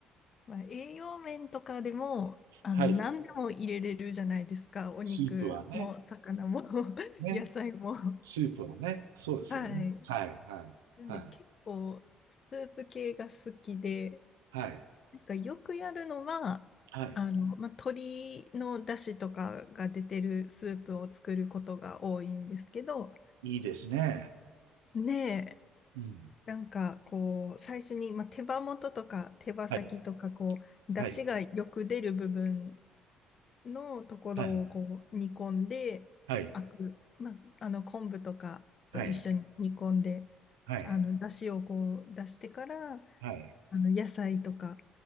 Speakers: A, on the left; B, on the right.
A: まあ、栄養面とかでも、あの、
B: はい。
A: 何でも入れれるじゃないですか。お肉も、
B: スープはね。
A: 魚も、<laughs>
B: ね。
A: 野菜も。
B: スープはね。そうですよね。
A: はい。
B: はい、はい。
A: なんで結構、
B: はい。
A: スープ系が好きで、
B: はい。
A: なんかよくやるのは、
B: はい。
A: あの、まあ、鶏の出汁とかが出てるスープを作ることが多いんですけど、
B: いいですね。
A: ねえ、
B: うん。
A: なんかこう、最初に、まあ、手羽元とか手羽先とか、
B: はい。
A: こう、出汁がよく出る部分
B: はい。
A: のところをこう煮込んで、
B: はい。はい。
A: あく、まあ、あの昆布とかと一緒に煮込んで、
B: はい。はい。
A: あの出汁をこう出してから、
B: はい。
A: あの野菜とか